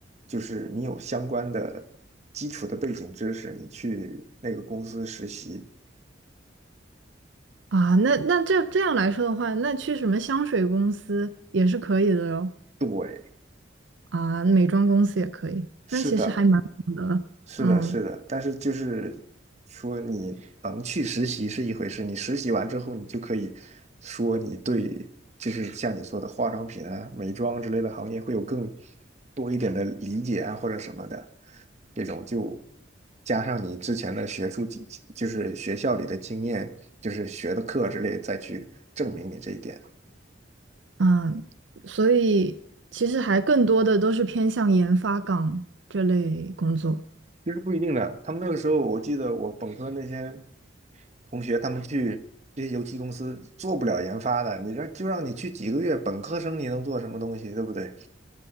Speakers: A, on the right (about 35°); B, on the right (about 70°).
A: 就是你有相关的基础的背景知识，你去那个公司实习。
B: 啊，那那这这样来说的话，那去什么香水公司也是可以的哟。
A: 对，
B: 啊，美妆公司也可以，
A: 是的，
B: 那其实还蛮好的，
A: 是的，
B: 嗯
A: 是的，但是就是说你能去实习是一回事，你实习完之后，你就可以说你对，就是像你说的化妆品啊、美妆之类的行业会有更多一点的理解啊，或者什么的。这种就加上你之前的学术经，就是学校里的经验，就是学的课之类，再去证明你这一点，
B: 嗯，所以其实还更多的都是偏向研发岗这类工作
A: 其实不一定的。他们那个时候，我记得我本科那些同学，他们去这些油漆公司做不了研发的，你让就让你去几个月，本科生你能做什么东西，对不对？